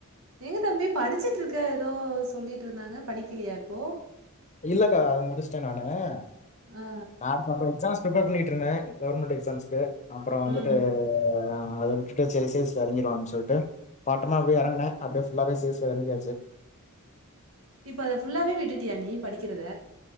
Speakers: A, on the right; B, on the left.
A: எங்க தம்பி படிச்சுட்டு இருக்க ஏதோ சொல்லிட்டு இருந்தாங்க படிக்கலையா இப்போ
B: இல்லக்கா அது முடிச்சுிட்டேன் நானு <unintelligible>
A: ஆ
B: அப்புறம் எக்ஸாம்ஸ் ப்ரிப்பேர் பண்ணிட்டு இருந்தே கவர்மெண்ட் எக்ஸாம்ஸ்க்கு அப்புறம் வந்துட்டு
A: ஆ ம்
B: அத உட்டுட்டு சரி சேல்ஸ் ல எறங்கிரும் அப்படின்னு சொல்லிட்டு பாட்டமா அப்படியே எறங்கனே அப்படியே ஃபுல்லாவே சேர்சு எறங்கியாச்சு
A: இப்ப அத ஃபுல்லாவே விட்டுட்டியா நீ படிக்கிறத